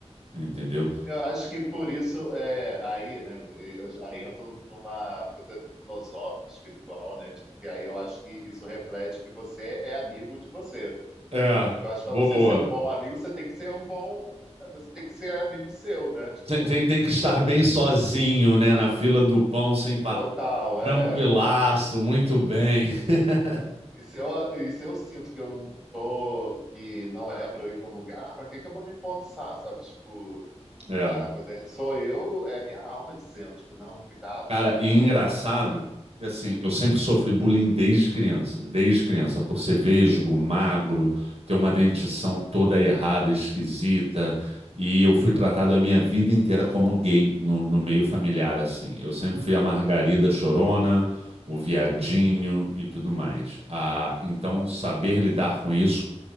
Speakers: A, on the right; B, in the centre.
A: entendeu?
B: Eu acho que por isso, é, aí, né, eu já entro numa coisa filosófica, espiritual, né, tipo, que aí eu acho que isso reflete que você é amigo de você,
A: É,
B: né, porque eu acho que
A: boa.
B: para você ser um bom amigo, você tem que ser um bom, você tem que ser amigo seu, né, tipo,
A: Tem, tem,
B: tem
A: tem
B: que
A: que
B: ser
A: estar
B: um
A: bem sozinho, né? Na fila do pão, sem pa...
B: total,
A: tranquilaço,
B: é, e,
A: muito bem. <laughs>
B: e se eu, e se eu sinto que eu não tô, que não é para eu ir para um lugar, para que que eu vou me forçar, sabe, tipo,
A: É.
B: A coisa é, sou eu, é minha alma dizendo, tipo, não, cuidado,
A: Cara,
B: não faz
A: e engraçado
B: isso, não sei o quê.
A: que assim, eu sempre sofri bullying desde criança, desde criança, por ser vesgo, magro, ter uma dentição toda errada, esquisita, e eu fui tratado a minha vida inteira como gay no, no meio familiar, assim. Eu sempre fui a Margarida Chorona, o viadinho e tudo mais. Ah, então, saber lidar com isso